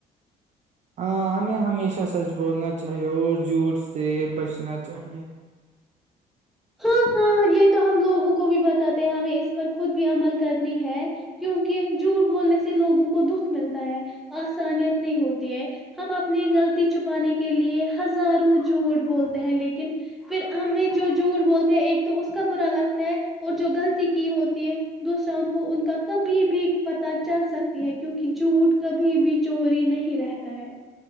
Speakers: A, on the right (about 45°); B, in the centre.
A: ہاں ہمیں ہمیشہ سچ بولنا چاہیے اور جھوٹ سے بچنا چاہیے
B: ہاں ہاں یہ تو ہم لوگوں کو بھی بتاتے ہیں ہمیں اس پر خود بھی عمل کرنی ہے کیونکہ جھوٹ بولنے سے لوگوں کو دکھ ملتا ہے آسانیت نہیں ہوتی ہے ہم اپنی غلطی چھپانے کے لیے ہزاروں جھوٹ بولتے ہیں لیکن ن پھر ہمیں جو جوٹ بولتے ہیں ایک تو اس کا برا لگ اور جو غلطی کی ہوتی ہے دوسرا ان کو ان کا کبھی بھی پت چل سکتی ہے کیونکہ جھوٹ کبھی بھی چوری نہیں رہتا ہے